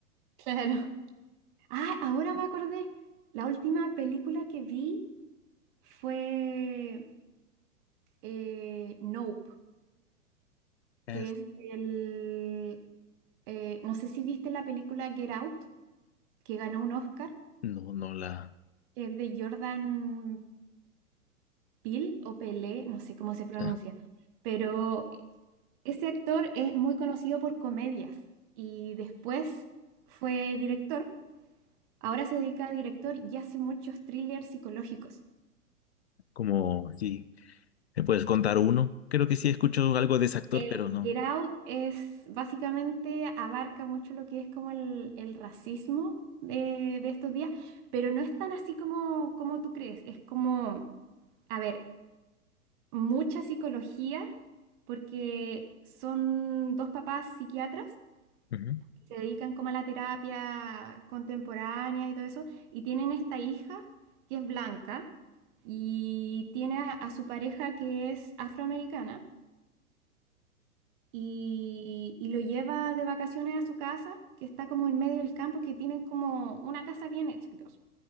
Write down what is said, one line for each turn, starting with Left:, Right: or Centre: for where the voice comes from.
Right: claro. <laughs> Ah, ahora me acordé, la última película que vi fue eh, Nope.
Left: Es-
Right: que es del... eh, no sé si viste la película Get Out, que ganó un Oscar,
Left: no, no la...
Right: que es de Jordan Peele o Pelé, no sé cómo se pronuncia,
Left: ah,
Right: pero ese actor es muy conocido por comedias y después fue director, ahora se dedica a director y hace muchos thrillers psicológicos.
Left: Como, sí, ¿me puedes contar uno? Creo que sí escucho algo de ese actor,
Right: El
Left: pero no.
Right: Get Out es básicamente abarca mucho lo que es como el, el racismo de, de estos días, pero no es tan así como, como tú crees. Es como, a ver, mucha psicología, porque son dos papás psiquiatras
Left: Ujú,
Right: que se dedican como a la terapia contemporánea y todo eso, y tienen esta hija que es blanca y tiene a a su pareja que es afroamericana. y, y lo lleva de vacaciones a su casa, que está como en medio del campo, que tienen como una casa bien hecha. y todo eso.